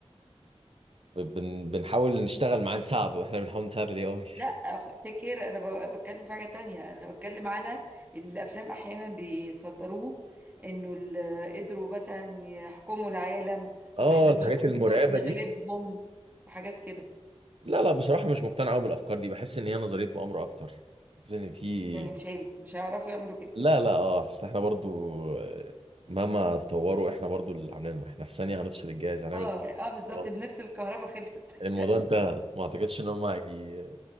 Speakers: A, on the right; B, on the right.
A: بن... بنحاول نشتغل معاه نساعده <laughs> احنا بنحاول نساعد الاي اي
B: لا تيك كير انا ب- بتكلم في حاجة تانية انا بتكلم على الافلام احيانا بيصدروه انه ال- قدروا مثلا يحكموا العالم
A: اه
B: واحنا
A: الحاجات
B: مش عارفين
A: المرعبة
B: نغلبهم
A: دي
B: وحاجات كده
A: لا لا بصراحة مش مقتنع قوي بالأفكار دي بحس إن هي نظرية مؤامرة أكتر بحس إن في
B: يعني مش هينفع- مش هيعرفوا يعملوا كده
A: لا لا اه أصل إحنا برضو آه، مهما تطوروا إحنا برضو اللي عاملينهم إحنا في ثانية هنفصل الجهاز هنعمل
B: اه اه بالظبط
A: خلاص.
B: نفس الكهرباء خلصت <laughs>
A: الموضوع انتهى ما أعتقدش إن هم هي...